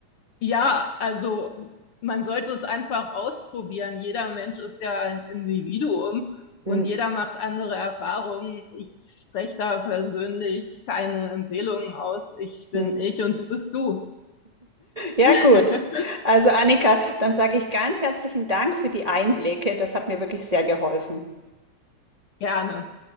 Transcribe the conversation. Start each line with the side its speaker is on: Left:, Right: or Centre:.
Left: Ja, also man sollte es einfach ausprobieren. Jeder Mensch ist ja ein Individuum und
Right: Mhm.
Left: jeder macht andere Erfahrungen. Ich spreche da persönlich keine Empfehlungen aus. Ich bin
Right: Mhm.
Left: ich und du bist du.
Right: Ja,
Left: <laughs>
Right: gut. Also, Annika, dann sage ich ganz herzlichen Dank für die Einblicke. Das hat mir wirklich sehr geholfen.
Left: Gerne.